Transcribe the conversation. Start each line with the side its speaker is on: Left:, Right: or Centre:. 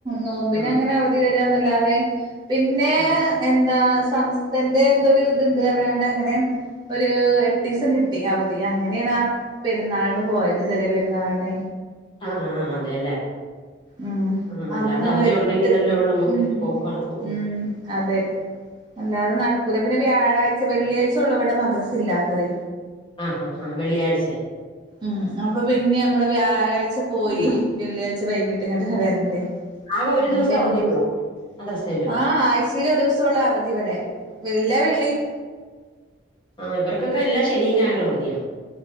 Right: നോമ്പിനെ
Left: ഉം
Right: അങ്ങനെ അവ <unintelligible> പിന്നെ
Left: ആഹ്
Right: എന്താ സമസ്തന്റെ എന്തൊരു ഇതുണ്ട് പറയാണ്ട് അങ്ങനെ- ഒരു എട്ടീസം കിട്ടി അവധി അങ്ങനെണ് ആ പെരുന്നാൾന് പോയത് ചെറിയ പെരുന്നാൾനെ
Left: ആഹ് ആഹ് അതെല്ലെ
Right: ഉം
Left: ആഹ് അല്ലാതെ
Right: അന്ന്
Left: അവധി
Right: എട്ട്
Left: ഒണ്ടെങ്കിലല്ലേ ഉള്ളൂ നമ്മക്ക്
Right: ഉം
Left: പോക്കടക്കുള്ളൂ
Right: ഉം അതെ അല്ലാതെ നടക്കൂല പിന്നെ വ്യാഴാഴ്ച വെള്ളിയാഴ്ച്ചൊള്ളു ഇവടെ മദ്രസ് ല്ലാത്തത്
Left: ആ ഹാ ഹാ വെള്ളിയാഴ്ചെ
Right: ഉം അപ്പൊ പിന്നെ ഞമ്മള് വ്യാഴാഴ്ച പോയി
Left: ഉണ്ടോ
Right: വെള്ളിയാഴ്ച വൈകിട്ട് ഇങ്ങട്ടെന്നെ വെര്ണ്ടേ
Left: ആകെ ഒരു
Right: <unintelligible>
Left: ദിവസം അവധിയുള്ളോ മദ്രസയില്
Right: ആഹ് ആഴ്ച ച്ചിലൊരുസൊള്ളു അവധി വടെ എല്ലാ വെള്ളീം
Left: ആഹ് ഇവർക്കൊക്കെ എല്ലാ ശെനീം ഞായറും അവധിയാ